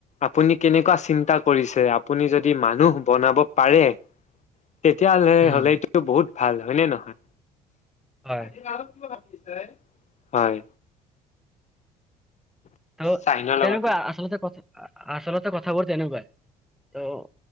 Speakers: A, on the left; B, in the centre.
A: আপুনি কেনেকুৱা চিন্তা কৰিছে আপুনি যদি মানুহ বনাব পাৰে। তেতিয়াহলে
B: উম
A: হ'লেটো বহুত ভাল হয়নে নহয়?
B: হয়
A: আজি ন কিিব <unintelligible> হয়।
B: অ'
A: চাইনৰ লগতে
B: তেনেকুৱা আচলতে ক আচলতে কথাবোৰ তেনেকুৱাই অহ।